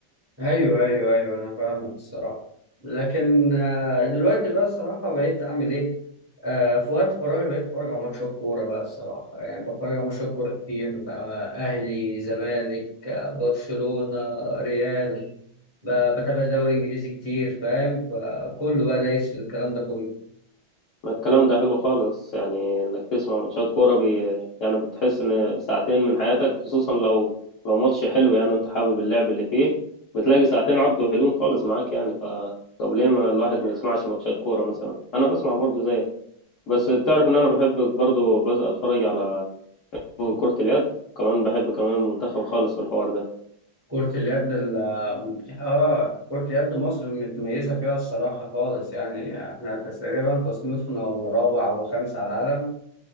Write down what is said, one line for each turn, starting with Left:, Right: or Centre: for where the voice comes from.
Right: ايوه ايوه ايوه انا فاهمك الصراحه لكن آه، دلوقتي بقى الصراحه بقيت اعمل ايه آه، في وقت فراغي بقيت اتفرج على ماتشات كوره بقى الصراحه يعني بتفرج على ماتشات كوره كتير بقى اهلي زمالك آه، برشلونه ريال ب- بتابع دوري انجليزي كتير فاهم فكله بقى دايس في الكلام ده كله
Left: ما الكلام ده حلو خالص يعني انك تسمع ماتشات كوره بي يعني بتحس ان ساعتين من حياتك خصوصا لو لو ماتش حلو يعني انت حابب اللعب اللي فيه بتلاقي ساعتين عدوا حلوين خالص معاك يعني ف طب ليه ما الواحد ما يسمعش ماتشات كوره مثلا انا بسمع برضو زيك بس تعرف ان انا بحب برضو بس اتفرج على كرة اليد كمان بحب كمان المنتخب خالص في الحوار ده
Right: كرة اليد ال اه كرة يد مصر متميزة فيها الصراحة خالص يعني احنا تقريبا تصنيفنا الرابع أو الخامس على العالم